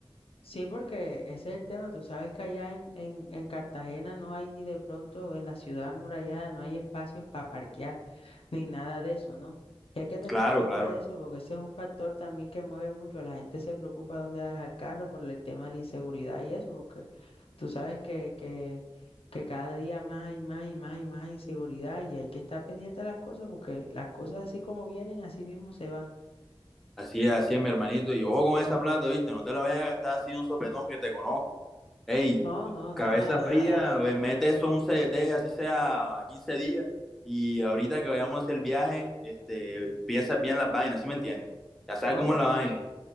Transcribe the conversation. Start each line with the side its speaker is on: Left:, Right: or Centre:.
Left: Sí, porque ese es el tema. Tú sabes que allá en, en, en Cartagena no hay y de pronto en la ciudad amurallada no hay espacios para parquear <laughs> ni nada de eso, ¿no? Y hay que tener
Centre: Claro,
Left: en cuenta
Centre: claro.
Left: eso porque ese es un factor también que mueve mucho. La gente se preocupa dónde va a dejar el carro por el tema de la inseguridad y eso, porque tú sabes que, que, que cada día más hay más y más y más inseguridad y hay que estar pendiente de las cosas porque las cosas así como vienen, así mismo se van.
Centre: Así es, así es, mi hermanito. Y ojo con esa plata, ¿viste? No te la vayas a gastar así un sopetón que te conozco. Ey,
Left: No, no,
Centre: cabeza
Left: nada,
Centre: fría,
Left: nada.
Centre: ve, mete eso en un CDT, así sea 15 días. Y ahorita que vayamos a hacer el viaje, este, piensas bien las vainas, ¿sí me entiendes? Ya sabes
Left: No,
Centre: cómo
Left: yo
Centre: es
Left: tengo,
Centre: la vaina.